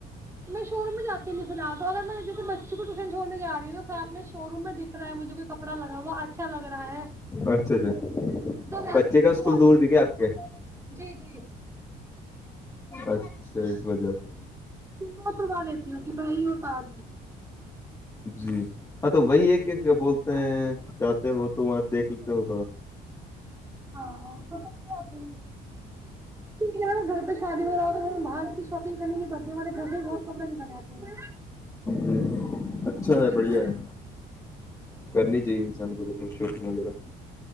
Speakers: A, on the right (about 15°); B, on the left (about 20°).
A: میں شو روم میں جاتی نہیں فی الحال تو اگر میں جیسے بچوں کو ٹیوشن چھوڑنے جا رہی ہوں تو ساتھ میں شو روم میں دکھ رہا مجھے کو کپڑا لگا اچھا لگ رہا ہے
B: اچھا اچھا
A: تو میں
B: بچے
A: ایسے
B: کا
A: اتروا
B: اسکول دور
A: لیتی
B: ہ کیا
A: ہوں
B: آپ کے
A: جی جی
B: اچھا اس وجہ سے
A: بہت پروا لیتی کہ بھائی اتار
B: جی ہاں تو وہی ہے کہ کیا بولتے ہیں جاتے ہو تو وہاں دیکھ لیتے ہو تھوڑا
A: ہاں تو آیک ہے گھر پہ شادی وغہرا ہو باہر شاپنگ کرنی پڑتیارے گھر سے بہت نکنے آتے ہیں
B: جی اچھا ہے
A: اس
B: بڑھیا
A: وجہ
B: ہے کرنی چاہیے ا سان کو تو م وغیرہ <unintelligible>